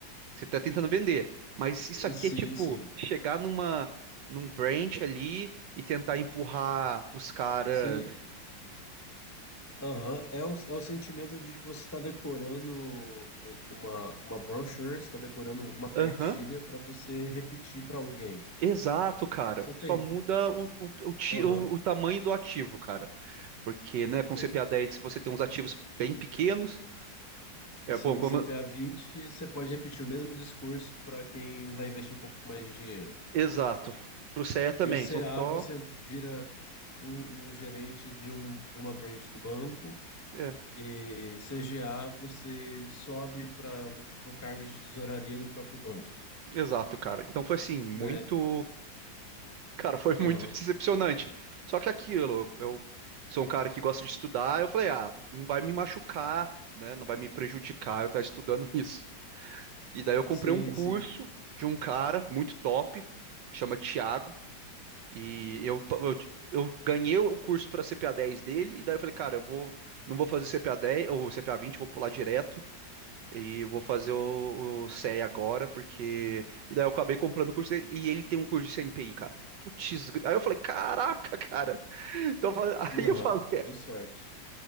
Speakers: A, on the right; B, on the left.
A: Você tá tentando vender. Mas isso aqui
B: Sim,
A: é tipo
B: sim.
A: chegar numa num branch ali e tentar empurrar pros caras.
B: Sim. Aham. É o, é o sentimento de que você está decorando uma, uma brochure, você está decorando uma cartilha
A: Aham.
B: para você repetir para alguém.
A: Exato, cara.
B: Isso é terrível.
A: Só muda o, o, o, ti-
B: Aham.
A: o- o tamanho do ativo, cara. Porque, né,
B: Perfeito.
A: com C P A 10 se você tem uns ativos bem pequenos, é
B: Sim,
A: bom, como.
B: CPA vinte você pode repetir o mesmo discurso para quem vai investir um pouco mais de dinheiro.
A: Exato. Pro CE também,
B: Em o CA,
A: são só.
B: você vira um, um gerente de, um, de uma branch do banco,
A: É,
B: e CGA, você sobe para o cargo de tesouraria do próprio banco,
A: exato, cara. Então foi assim, muito.
B: né?
A: Cara, foi
B: Aham.
A: muito decepcionante. Só que aquilo, eu, eu sou um cara que gosta de estudar, eu falei, ah, não vai me machucar, né? Não vai me prejudicar eu estar estudando <laughs> isso. E daí eu comprei
B: Sim,
A: um curso
B: sim.
A: de um cara muito top, chama Thiago, e eu, eu, eu ganhei o curso para CPA 10 dele, e daí eu falei, cara, eu vou, não vou fazer CPA 10 ou CPA 20, vou pular direto. E eu vou fazer o, o CE agora, porque. E daí eu acabei comprando o curso dele. E ele tem um curso de CNPI, cara. Putz, gri- aí eu falei, caraca, <laughs> cara. Então, eu falei- <laughs> aí
B: Aham.
A: eu falei,
B: Deu sorte.